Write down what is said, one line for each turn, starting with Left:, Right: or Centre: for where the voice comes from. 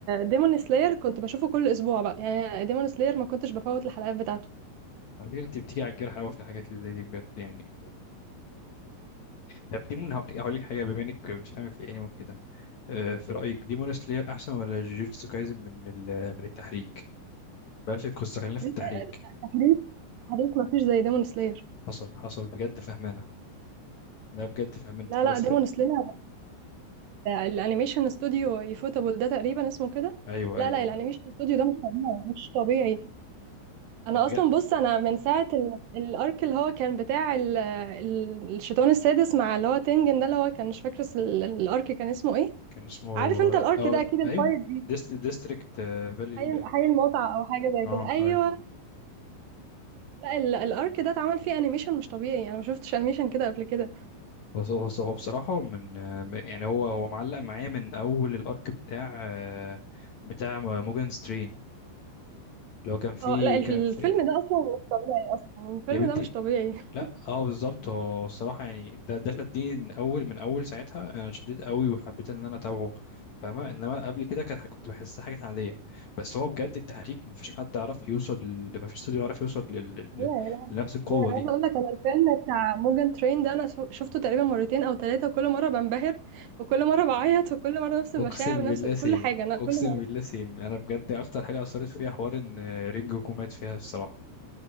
Right: ديمون سلاير كنت بشوفه كل اسبوع بقى يعني ديمون سلاير ما كنتش بفوت الحلقات بتاعته
Left: على فكره انت بتيجي على الجرح قوي في الحاجات اللي زي دي بجد يعني طب ديمون هقول هقول لك حاجه بما انك بتفهمي في الانمي وكده آه، في رايك ديمون سلاير احسن ولا جوجوتسو كايزن من ال- من التحريك بلاش القصه خلينا في
Right: آه،
Left: التحريك
Right: تحريك تحريك مفيش زي ديمون سلاير
Left: حصل حصل بجد فهمانه لا بجد فهمان انت
Right: لا
Left: خلاص
Right: لا ديمون
Left: خدت
Right: سلاير الانيميشن استوديو يفوتابل ده تقريبا اسمه كده
Left: ايوه
Right: لا
Left: ايوه
Right: لا الانيميشن استوديو ده مش طبيعي مش طبيعي انا
Left: بجد
Right: اصلا بص انا من ساعه ال- الارك اللي هو كان بتاع ال- ال- الشيطان السادس مع اللي هو تنجن ده اللي هو كان مش فاكر اس- ال- الارك كان اسمه ايه
Left: كان اسمه
Right: عارف انت الارك
Left: اه
Right: ده اكيد الفايت
Left: ايوه
Right: دي
Left: ديست ديستريكت فالي
Right: حي حي المتعه او حاجه زي
Left: اه
Right: كده ايوه
Left: ايوه
Right: لا ال- الارك ده اتعمل فيه انيميشن مش طبيعي انا ما شفتش انيميشن كده قبل كده
Left: هو هو- هو بصراحه من آه، يعني هو هو معلق معايا من اول الارك بتاع آه، بتاع موجان سترين اللي هو كان فيه
Right: اه لا الف-
Left: كان
Right: الفيلم
Left: فيه
Right: ده اصلا مش طبيعي اصلا الفيلم
Left: يا بنتي
Right: ده مش طبيعي
Left: لا
Right: <laughs>
Left: اه بالظبط هو الصراحه يعني ده ده شدني من اول من اول ساعتها انا شديت قوي وحبيت ان انا اتابعه فاهمه انما قبل كده كان كنت بحسها حاجه عاديه بس هو بجد التحريك مفيش حد عرف يوصل ل- مفيش استوديو عرف يوصل لل- لل-
Right: يا لا
Left: لنفس
Right: مش
Left: القوه
Right: طبيعي انا
Left: دي
Right: عايزه اقول لك انا الفيلم بتاع موجان ترين ده انا شو- شفته تقريبا مرتين او ثلاثه وكل مره بنبهر وكل مره بعيط وكل مره نفس المشاعر
Left: اقسم
Right: نفس
Left: بالله
Right: كل
Left: سيم
Right: حاجه انا
Left: اقسم
Right: كل مره
Left: بالله سيم انا بجد اكتر حاجه اثرت فيها حوار ان رينجو كومات فيها الصراحه